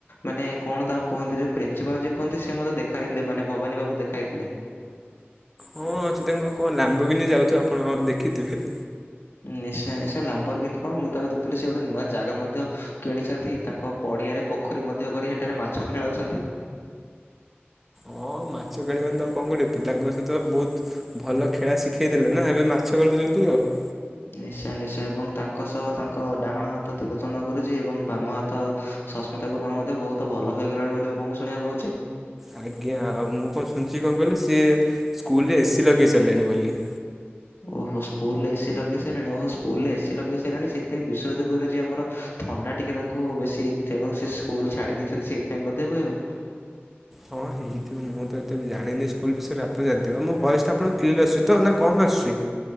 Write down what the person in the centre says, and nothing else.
ହଁ ଅଛି ତାଙ୍କ କଣ ଲାମ୍ବରଗିନି ଯାଉଥିବେ ଆପଣ ଦେଖିଥିବେ।
ହଁ ମାଛ ଖେଳିବନି ତ ଆଉ କଣ କରିବେ ପିଲାଙ୍କ ସହିତ ବହୁତ ଭଲ ଖେଳା ଶିଖେଇ ଦେଲେ ନା ଏବେ ମାଛ କେଳଉଛନ୍ତି ଆଉ।
ଆଜ୍ଞା ଆଉ ମୁଁ କଣ ଶୁଣିଛି କଣ କହିଲ, ସିଏ ସ୍କୁଲ୍ ରେ ଏସି ଲଗେଇ ସାରିଲେଣି ବୋଲି।
ହଁ ହେଇଥିବ ମୁଁ ତ ଏତେ ବି ଜାଣିନି ସ୍କୁଲ ବିଷୟରେ ଆପଣ ଜାଣିଥିବେ ହଁ ମୋ ଭଏସଟା ଆପଣଙ୍କୁ କ୍ଲିୟର ଆସୁଚି ତ ନା କମ୍ ଆସୁଚି?